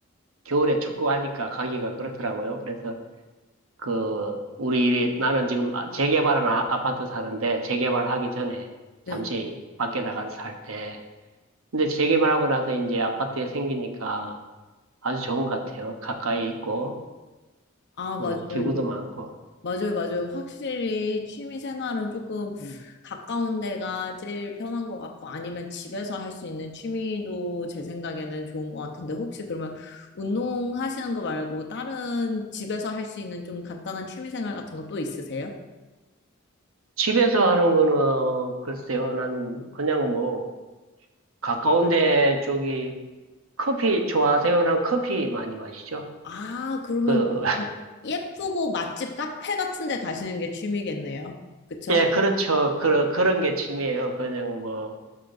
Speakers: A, on the right; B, on the left.
A: 겨울에 축구하니까 가기가 그렇더라고요. 그래서 그, 우리 일이, 나는 지금 아- 재개발한 아- 아파트 사는데, 재개발하기 전에
B: 네.
A: 잠시 밖에 나가서 살 때. 근데 재개발하고 나서 이제 아파트에 생기니까 아주 좋은 것 같아요. 가까이 있고,
B: 아,
A: 그래서
B: 맞아요.
A: 기구도
B: 이거.
A: 많고.
B: 맞아요, 맞아요. 확실히 취미 생활은 조금 음. 가까운 데가 제일 편한 것 같고 아니면 집에서 할 수 있는 취미도 제 생각에는 좋은 것 같은데 혹시 그러면 운동하시는 거 말고 다른 집에서 할 수 있는 좀 간단한 취미 생활 같은 거 또 있으세요?
A: 집에서 하는 거는 글쎄요, 난 그냥 뭐, 가까운 데 쪽이 커피 좋아하세요? 난 커피 많이 마시죠.
B: 아, 그러면
A: 그,
B: 약간
A: <laughs>
B: 예쁘고 맛집 카페 같은 데 가시는 게 취미겠네요. 그쵸?
A: 예, 그렇죠. 그런, 그런 게 취미예요. 그냥 뭐,